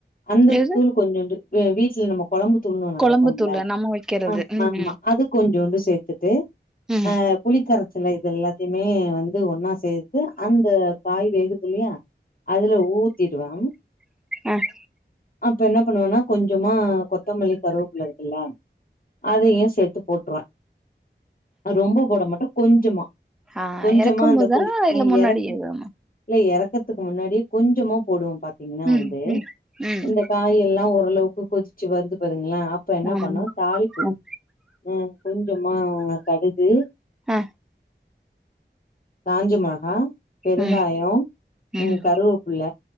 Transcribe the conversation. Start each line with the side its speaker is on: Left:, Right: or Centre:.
Left: அந்த
Centre: எது
Left: தூள்ளு கொஞ்சோண்டு வீ வீட்ல நம்ம கொழம்பு தூள்ன்னு ஒன்னு
Centre: கொழம்பு
Left: அரைபோம்ல
Centre: தூளு நம்ம வைக்கிறது.
Left: அ
Centre: ம்
Left: ஆமா
Centre: ம்
Left: அது கொஞ்சோண்டு சேத்துட்டு
Centre: ம்
Left: அ புளிக்கர சில இது எல்லாத்தையுமே வந்து ஒன்னா சேத்து அந்த காய் வேகுதுல்லயா அதுல ஊத்திருவே
Centre: அஹ்
Left: அப்ப என்ன பண்ணுவேனா கொஞ்சமா கொத்தமல்லி கருவப்புள்ள இருக்குல்ல அதையு சேத்து போட்டுருவே ரொம்ப போட மாட்டே கொஞ்சமா
Centre: ஆஹ்
Left: கொஞ்சமா
Centre: இறக்கும்
Left: அந்த
Centre: போதா
Left: கொதி
Centre: இல்ல
Left: அ
Centre: முன்னாடியேவா
Left: எறக் இல்ல இறக்கறத்துக்கு முன்னாடியே கொஞ்சமா போடுவோ பாத்தீங்ன்னா
Centre: ம்
Left: வந்து
Centre: ம் ம்
Left: இந்த காயெல்லா ஓரளவுக்கு கொதிச்சு வந்து பாருங்களே அப்ப என்ன
Centre: ஆமா
Left: பண்ணுவோ தாளிப்பு
Centre: ம்
Left: ஆஹ் கொஞ்சமா கடுகு
Centre: அஹ்
Left: காஞ்சி மிளகா பெருங்காயோ
Centre: ம் ம்
Left: உம் கருவேப்புள்ள